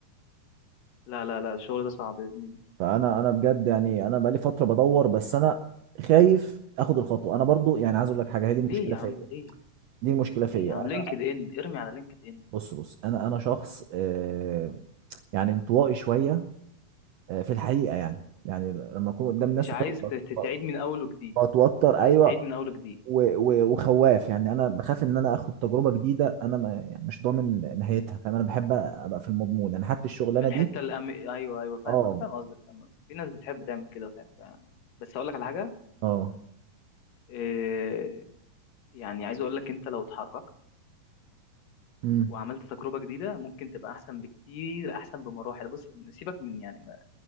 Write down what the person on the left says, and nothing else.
لا لا لا الشغل ده صعب يا زميلي
ليه يا
عم ليه
ليه يا عم
لينكد ان ارمي على لينكد ان
مش عايز
ت- ت-
تعيد من اول وجديد
مش عايز
تعيد من اول وجديد
في الحته
الأم... ايوه ايوه فاهم
انا فاهم قصدك فاهم قصدك في ناس بتحب تعمل كده وتعمل فعلا بس اقول لك على حاجه
إيه... يعني عايز اقول لك انت لو اتحركت
وعملت تجربه جديده ممكن تبقى احسن بكتير احسن بمراحل بص سيبك من يعني ما...